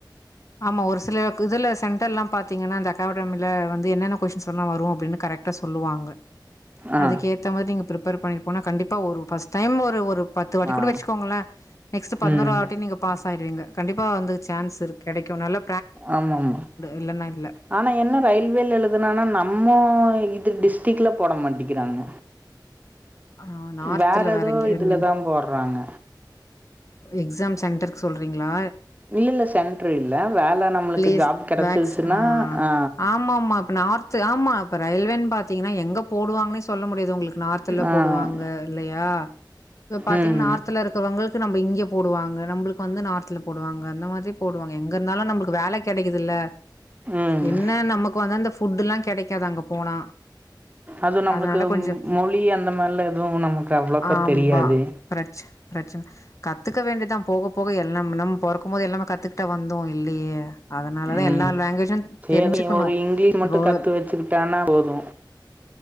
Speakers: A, on the left; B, on the right.
A: ஆமா ஒரு சில இதுல சென்டர் எல்லா பாத்தீங்கன்னா அந்த அகாடமில வந்து என்னென்ன கொஷின்ஸ் எல்லா வரு அப்டின்னு கரெக்டா சொல்லுவாங்க
B: ஆ
A: அதுக்கு ஏத்த மாதி நீங்க ப்ரிப் பர் பண்ணிட்டு போனா கண்டிப்பா ஒரு ஃபர்ஸ்ட் டைம் ஒரு ஒரு பத்து வாட்டி
B: ஆ
A: கூட வச்சுக்கோங்களே நெக்ஸ்ட் பதினோருவாட்டி
B: ம்
A: நீங்க பாஸ் ஆயிடுவீங்க கண்டிப்பா வந்து சான்ஸ் இருக் கெடைக்கு நல்லா
B: ஆமா ஆமா
A: இல்லன்னா இல்ல.
B: ஆனா என்ன ரயில்வேல எழுதுனனா நம்மோ இது டிஸ்டரிக்ல போட மாட்டிக்கிறாங்க
A: ஆ நார்த்ல
B: வேற எதோ
A: எங்க
B: இதுலதா
A: ஐ மீன்
B: போட்றாங்க
A: எக்ஸாம் சென்டரு சொல்றீங்களா
B: இல்ல இல்ல சென்ட்ரு இல்ல வேல நம்மளுக்கு
A: ப்ளேஸ்
B: ஜாப் கெடைச்சிருச்சுன்னா
A: வேக்ஸ் ஆஹ்
B: ஆ
A: ஆமா ஆமா இப்ப நார்த் ஆமா இப்ப ரயில்வேன் பாத்தீங்கன்னா எங்க போடுவாங்கன்னே சொ சொல்ல முடியாது உங்களுக்கு நார்த்ல
B: ஆ
A: போடுவாங்க இல்லையா இப்ப பாத்தீங்கன்
B: ம்
A: நார்த்ல இருக்கிறவங்களுக்கு நம்ப இங்க போடுவாங்க நம்பளுக்கு வந்து நார்த்ல போடுவாங்க அந்த மாதிரி போடுவாங்க எங்க இருந்தாலு நம்மளுக் வேல கெடைக்குதுல்ல
B: ம்
A: என்ன நமக்கு வந்து அந்த ஃபுட்டு்ல்லா கெடைக்காது அங்க போனா
B: அது நம்மளுக்கு
A: அதனால கொஞ்சோ
B: மொழி அந்த மாரிலா எதுவு நமக்கு அவ்ளோக்க
A: ஆம்பா
B: தெரியாது
A: பிரச்ச பிரச்சன கத்துக்க வேண்டியதா போக போக எல்லா நம்ம பொறக்கும்போதே எல்லாமே கத்துக் கிட்டா வந்தோ இல்லையே அதனாலதா
B: ம்
A: எல்லா லாங்குவேஜு
B: சேரி
A: தெரிஞ்சுக்கணு
B: ஒரு இங்கிலீ மட்டு
A: இப்போ
B: கத்து வெச்சுக்கிட்டானா போது